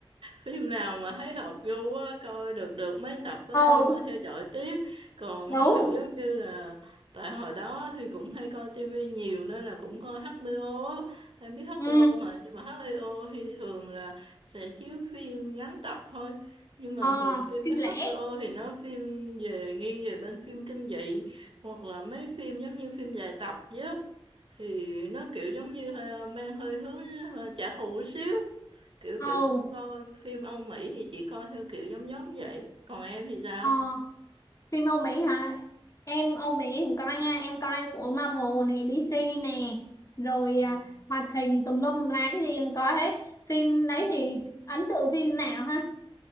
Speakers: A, on the right; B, on the left.
A: phim nào mà thấy hợp gu á, coi được được mấy tập á,
B: ừ
A: thì mới theo dõi tiếp còn
B: đúng
A: ví dụ giống như là tại hồi đó thì cũng hay coi tivi nhiều nên là cũng coi HBO á em biết HBO
B: ừ
A: mà nhưng mà HBO thì thường là sẽ chiếu phim ngắn tập thôi nhưng mà
B: ờ
A: thường phim
B: kinh lẻ
A: HBO thì nó phim về nghiêng về bên phim kinh dị hoặc là mấy phim giống như phim dài tập chứ thì nó kiểu giống như ờ, mang hơi hướng ờ, trả thù một xíu kiểu
B: ừ
A: kiểu cũng coi phim Âu Mỹ thì chị coi theo kiểu giống giống vậy còn em thì sao
B: ờ phim Âu Mỹ hả em Âu Mỹ em coi nha em coi của Marvel này DC nè rồi
A: Ờ,
B: à, hoạt hình tùm lum tùm la cái gì em coi hết phim đấy thì ấn tượng phim nào ha